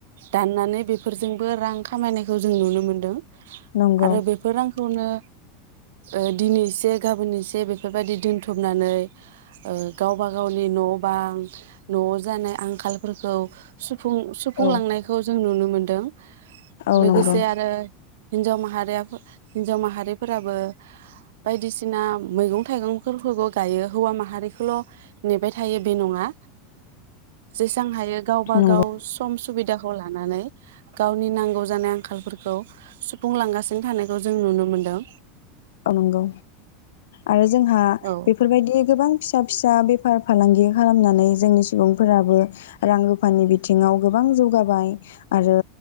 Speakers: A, on the right (about 80°); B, on the left (about 90°).
A: दाननानै बेफोरजोंबो रां खामायनायखौ जों नुनो मोनदों।
B: नंगौ
A: आरो बेफोर रांखौनो ओ दिनैएसे गाबोन एसे बेफोरबायदि दोनथुमनानै‌ ओ गावबा गावनि न' बां न'आव जानाय आंखालफोरखौ सुफुं-सुफुंलांनायखौ
B: औ
A: जों नुनो मोन। दों।
B: औ
A: लोगोसे
B: नंगौ
A: आरो हिनजाव माहारियाफो हिन्जाव माहारिफोराबो बायदिसिना मैगं थाइगंफोरखौबो गायो हौवा माहारिखौल नेबाय थायो बे नङा। जेसां हायो गावबा
B: नंगौ
A: गाव सम सुबिदा खौ लानानै गावनि नांगौ जानाय आंखालफोरखौ सुफुंलांगासिनो थानायखौ जों नुनो मोनदों।
B: औ नंगौ। आरो जोंहा
A: औ
B: बेफोरबायदि गोबां फिसा फिसा बेफार फालांगि खालामनानै जोंनि सुबुंफोराबो रां रुफानि बिथिङाव गोबां जौगाबाय आरो